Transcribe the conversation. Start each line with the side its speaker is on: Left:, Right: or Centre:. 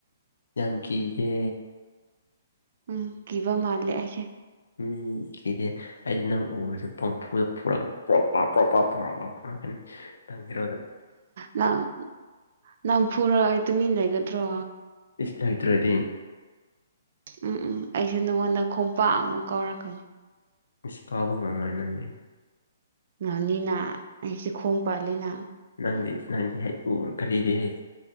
Left: ꯌꯥꯝ ꯀꯤꯗꯦ
Right: ꯎꯝ ꯀꯤꯕ ꯃꯥꯜꯂꯦ ꯑꯩꯁꯦ
Left: ꯎꯝ ꯀꯤꯗꯦ ꯑꯩꯗꯤ ꯅꯪ ꯎꯔꯨꯁꯤ ꯄꯪꯐꯨꯗ ꯐꯨꯔꯛꯀꯅꯤ ꯄ꯭ꯔꯣꯞ ꯄ ꯄ꯭ꯔꯣꯞ ꯄ ꯄꯨꯣꯔꯛꯄ ꯐꯨꯔꯛꯀꯅꯤ ꯅꯪ ꯍꯦꯔꯣꯗꯣ
Right: ꯅꯪ ꯅꯪ ꯐꯨꯔ ꯑꯩ ꯇꯨꯃꯤꯟ ꯂꯩꯒꯗ꯭ꯔꯣ
Left: ꯏꯁ ꯂꯩꯇ꯭ꯔꯗꯤ
Right: ꯎꯝ ꯎꯝ ꯑꯩꯁꯨ ꯅꯉꯣꯟꯗ ꯈꯣꯡꯄꯥꯛ ꯑꯃꯨꯛ ꯀꯥꯎꯔꯛꯀꯅꯤ
Left: ꯏꯁ ꯀꯥꯎꯕ ꯉꯝꯃꯣꯏ ꯅꯪꯗꯤ
Right: ꯉꯥꯅꯤꯅ ꯑꯩꯁꯦ ꯈꯣꯡ ꯄꯥꯜꯂꯤꯅ
Left: ꯅꯪꯗꯤ ꯅꯪꯗꯤ ꯍꯩ ꯎꯔ ꯀꯔꯤꯔꯦ ꯍꯩ